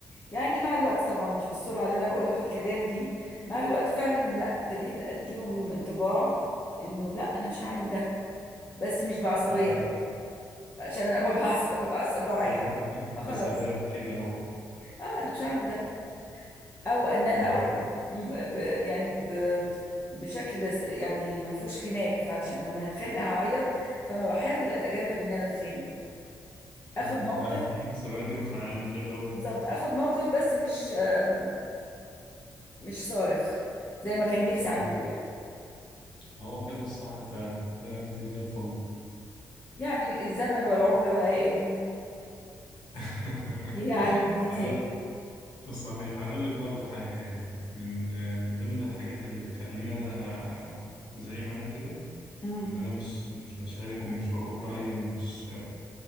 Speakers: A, on the left (about 30°); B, on the left (about 60°).
A: يعني مع الوقت طبعا مش بالسرعة اللي أنا بقولها في الكلام دي مع الوقت فعلا لا ابتديت أديهم انطباع إنه لا أنا مش هعمل ده بس مش بعصبية
B: امم
A: بقى عشان أنا <laughs> ما بعصب بتعصب بعيط
B: اه ب-
A: فخلاص
B: بثبات كده
A: أه أنا مش هعمل ده أو إن أنا
B: وبقى
A: أقول م- ب يعني ب بشكل س- يعني ما فيهوش خناق فعشان لما هتخانق هعيط فما بحاول أتجنب إن أنا أتخانق آخد
B: امم
A: موقف
B: بقى في ثبات انفعالي كده و-
A: بالظبط آخد موقف بس مش آم، مش صارخ زي ما كان نفسي
B: امم
A: أعمله يعني
B: هو كده الصح فعلا كده انت زي الفل
A: يعني الزمن والعمر بقى يا ابني
B: <laughs>
A: يعلم كتير
B: هقول صحيح هقول لك برضو حاجة يعني من من ضمن الحاجات اللي بتخليني انا زي ما انا كده
A: امم
B: ان انا مش مش بشارك ومش بقول رأيي ومش